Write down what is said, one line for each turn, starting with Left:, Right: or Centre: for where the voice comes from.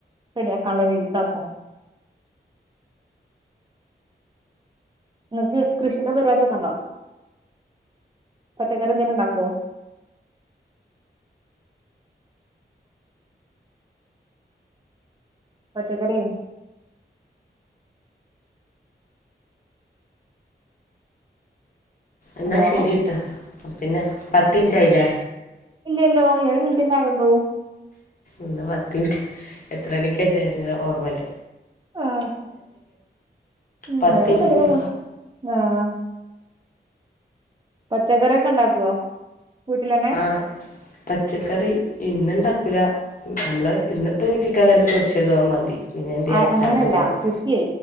Right: റെഡി ആക്കാനുള്ള രീതിക്ക് ആക്കും
Left: അം <unintelligible>
Right: ഇങ്ങക്ക് കൃഷിടെ പരിപാടിയൊക്കെണ്ടോ? പച്ചക്കറി എന്തെലും ഉണ്ടാക്കുവോ? പച്ചക്കറിയോ?
Left: എന്നാ
Right: ഹലോ
Left: ശരി ട്ടാ പിന്നെ പത്ത് മിനിറ്റ് ആയിലേ
Right: ഇല്ല്യല്ലോ ഏഴ് മിനിറ്റ് അല്ലെ ആയൊള്ളൂ.
Left: ഇന്നാ പത്ത് മിൻറ്റ് എത്ര മണിക്കാ ചേര്ണ് ഓർമൽ
Right: ആഹ് ഉം
Left: പത്ത്
Right: വേറെന്തങ്ങനെ
Left: മിനിറ്റിന്
Right: പോണ്. ആഹ് പച്ചക്കറിയൊക്കെ ഉണ്ടാക്കുവോ? വീട്ടിലന്നെ
Left: ആ പച്ചക്കറി ഇന്ന്ണ്ടാ ക്കുല നമ്മള് ഇന്ന്പ്പങ്ങി ചിക്കൻ കറി പൊരിച്ചതും അഹ് മതി പിന്നെ എന്തെങ്കിലും
Right: ആ
Left: അച്ചാറുണ്ടായിരുന്നു
Right: അങ്ങനെയല്ല കൃഷിയെ